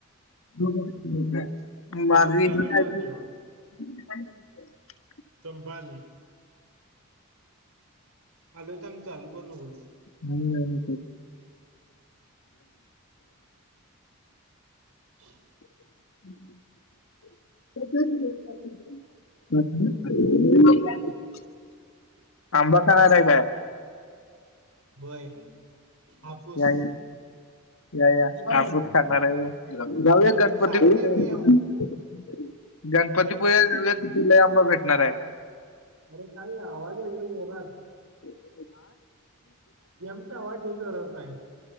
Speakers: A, on the left; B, on the right.
A: <unintelligible>
B: अजून चालू आहे माझं जेवण चंपाले, <inaudible> आल तर आ् चालू करू नकोस,
A: नाही नाही,
B: <inaudible>
A: <inaudible> <unintelligible> आंबा काार काय <unintelligible> <unintelligible>
B: बय आपूस,
A: या या या या आपूच करणार आहे मी जाऊया
B: अरे
A: गणपती
B: खायले
A: <unintelligible>
B: वे
A: गणपतीपूज्या
B: हापूस
A: तुला आंबा भेटणार आहे
B: <unintelligible>
A: <unintelligible>
B: गेमचा आवाज हे जोरात आहे